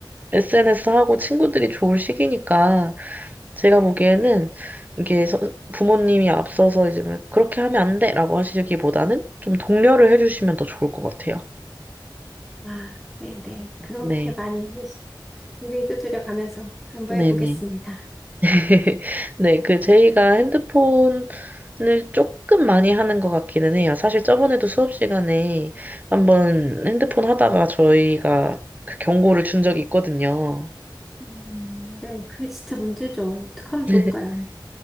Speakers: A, on the right; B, in the centre.
A: SNS 하고 친구들이 좋을 시기니까 제가 보기에는 이게 서- 부모님이 앞서서 이제 뭐 그렇게 하면 안 돼라고 하시기보다는 좀 독려를 해주시면 더 좋을 것 같아요.
B: 아, 네네. 그렇게
A: 네.
B: 많이 우리 두드려 가면서 한번
A: 네네.
B: 해보겠습니다.
A: <laughs> 네, 그 제이가 핸드폰을 조금 많이 하는 것 같기는 해요. 사실 저번에도 수업 시간에 한번 핸드폰 하다가 저희가 그 경고를 준 적이 있거든요.
B: 음, 네. 그게 진짜 문제죠. 어떻게 하면 좋을까요?
A: <laughs>